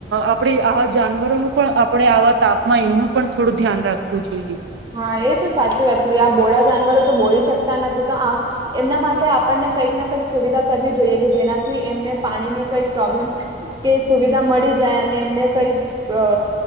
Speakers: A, on the right; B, on the right.
A: આપણે આવા જાનવરોનું પણ આપણે આવા તાપમાં એમનું પણ થોડું ધ્યાન રાખવું જોઈએ.
B: હા એ તો સાચી વાત કીધી આ બોળા જાનવરો તો બોળી શકતા નથી તો આ એમના માટે આપણને કંઈક ના કંઈક સુવિધા કરવી જોઈએ કે જેનાથી એમને પાણી ની કઈ પ્રોબ્લમ કે સુવિધા મળી જાય અને એમને કઈ અ